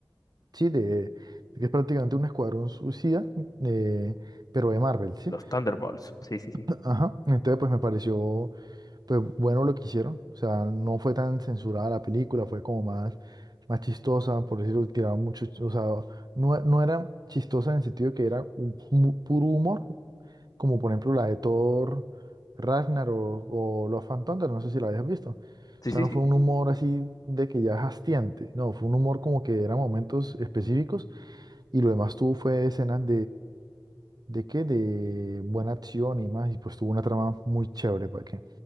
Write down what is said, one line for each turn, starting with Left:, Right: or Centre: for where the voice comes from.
Right: sí, de, de que es prácticamente un escuadrón suicida, eh, pero de Marvel, ¿sí?
Left: Los Thunderbolts. Sí, sí, sí.
Right: <clears throat> Ajá. Entonces, pues me pareció. pues bueno lo que hicieron. O sea, no fue tan censurada la película, fue como más, más chistosa, por decirlo, tiraron mucho, ch- o sea, no, no era chistosa en el sentido que era un pu- puro humor, como por ejemplo la de Thor, Ragnar o, o Love and Thunder, no sé si la habías visto.
Left: Sí,
Right: O sea,
Left: sí,
Right: no
Left: sí.
Right: fue un humor así de que ya es hastiante, no, fue un humor como que eran momentos específicos y lo demás tuvo fue escenas ¿De qué? De buena acción y más. Y pues tuvo una trama muy chévere, ¿para qué?